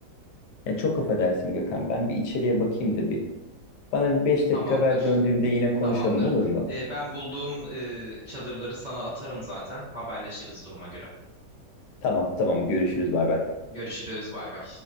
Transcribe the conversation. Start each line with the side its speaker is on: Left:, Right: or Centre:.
Left: Ya çok affedersin Gökhan. Ben bir içeriye bakayım da bir. Bana bir 5 dakika
Right: Tamamdır.
Left: ver döndüğümde yine konuşalım
Right: Tamamdır.
Left: olur mu?
Right: E, ben bulduğum e, çadırları sana atarım zaten. Haberleşiriz duruma göre.
Left: Tamam tamam görüşürüz bay bay.
Right: Görüşürüz. Bay bay.